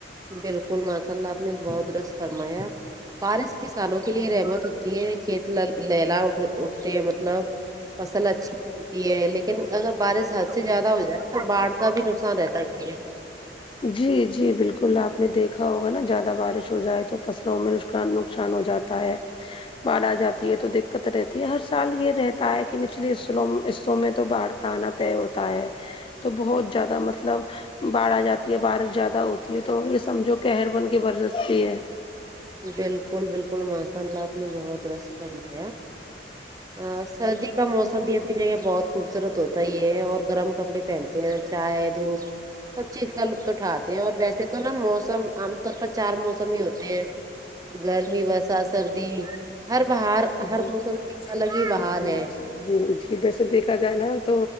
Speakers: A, on the right; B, on the left.
A: بالکل ماشاء اللہ آپ نے بہت درست فرمایا بارش کسانوں کے لیے رحمت ہوتی ہے کھیت لہرا اٹھتے ہیں مطلب فصل اچھی ہوتی ہے لیکن اگر بارش حد سے زیادہ ہو جائے نا تو باڑ کا بھی نقصان رہتا ہے پھر
B: جی جی بالکل آپ نے دیکھا ہوگا نا زیادہ بارش ہو جائے تو فصلوں میں نقصا نقصان ہو جاتا تا ہے باڈ آ جاتی ہے تو دقت رہتی ہے ہر سال یے رہتا ہے کی نچلے حصوں میں تو باڑ کا آنا طے ہوتا ہے تو بہت زیادہ مطلب باڑ آجاتا تھی بارش زیادہ ہوتی ہے تو یے سمجھو کہر بن کر برستی ہے
A: بالکل بالکل ماشاء اللہ آپ نے بہت درست فرمایا ہاں سردی کا موسم بھی اپنی جگہ بہت خوبصورت ہوتا ہی ہے اور گرم کپڑے پہنتے ہیں چائے دھوپ سب چیز کا لطف اٹھاتے ہیں اور ویسے تو نا موسم عام طور پر چار موسم ہی ہوتے ہیں گرمی برسات سردی ہر بہار ہر
B: جی
A: موسم کی الگ ہی بہار
B: جی جی
A: ہے
B: جی جی ویسے دیکھا جائے نا تو